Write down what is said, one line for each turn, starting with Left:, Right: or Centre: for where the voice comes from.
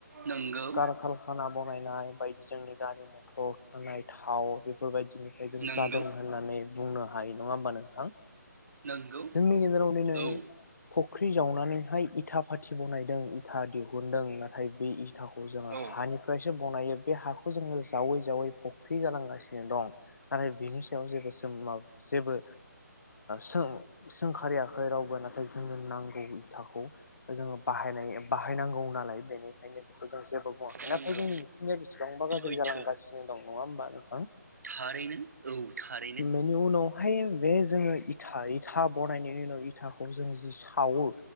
Right: नंगौ
Left: कारखारखाना बनायनाय बाय जोंनि गारि मथर थाव बेफोरबायदि बिनिफ्राय जों
Right: नंगौ
Left: जादों होननानै बुंनो हायो नङा होमबा नोंथां
Right: नंगौ
Left: जोंनि गेजेराव दिनै
Right: औ
Left: फख्रि जावनानैहाय इथा फाथि बनायदों था दिहुनदों नाथाय इथाखौ जोङो
Right: औ
Left: हानिफ्रायसो बनायो बे हाखौ जोङो जावै जावै फुख्रि जालांगासिनो दं नाथाय बिनि सायाव जेबो जेबो सों सोंखारियाखै रावबो नाथाय जोंनो नांगौ इथाखौ जोङो बाहायनाय बाहायनांगौ नालाय बेनिखायनो बेखौ जों जेबो बुङाखै
Right: नंगौ
Left: नाथाय जोंनि बेसेबांबा गाज्रि
Right: सैथो
Left: जालांगासिनो दं नङा होमबा नोंथां
Right: थारैनो औ थारैनो
Left: बेनि उनाव ओमफ्राय बे जोङो इथा इथा बनायनायनो उनाव इथाखौ जों जि सावो